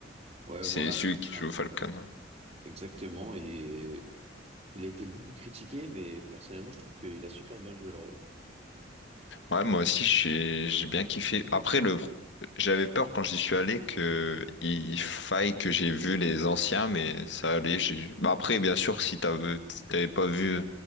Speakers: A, on the right; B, on the left.
A: Ouais,
B: C'est
A: voilà,
B: celui qui
A: ça
B: joue Falcon.
A: exactement. Et il a été beaucoup critiqué, mais personnellement, je trouve qu'il a super bien joué le rôle.
B: Ouais, moi aussi, j'ai j'ai bien kiffé. Après, le, pro- j'avais peur quand j'y suis allé que il faille que j'ai vu les anciens, mais ça allait. j'ai- Bah après, bien sûr, si t'avais si t'avais pas vu